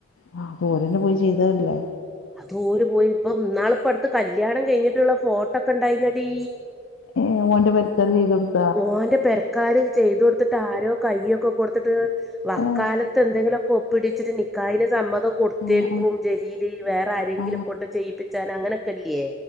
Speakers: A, on the left (about 70°); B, in the centre.
A: ആഹ് അത് ഓര തന്നെ പോയി ചെയ്തല്ലേ
B: അതോരു പോയി ഇപ്പൊ നാളിപ്പ അടുത്ത് കല്യാണം കഴിഞ്ഞിട്ടുള്ള ഫോട്ടോ ഒക്കെ ഉണ്ടായിര്ന്നടീ
A: ഏഹ് ഓന്റെ പരുത്താർ ചെയ്തതുണ്ട്
B: ഓന്റെ പെരക്കാര് ചെയ്ത് കൊടുത്തിട്ട് ആരോ കയ്യൊ ഒക്കെ കൊടുത്തിട്ട് വക്കാലത്ത്
A: ഏ
B: എന്തെങ്കിലൊക്കെ ഒപ്പിടിച്ചിട്ട് നിക്കായിന് സമ്മ <unintelligible> കൊടുത്തേരിക്കും
A: ആ ആ
B: ജലീലേ വേറാരെങ്കിലും
A: ആ
B: കൊണ്ട് ചെയ്യിപ്പിച്ചാലങ്ങനക്കെയില്ല്യേ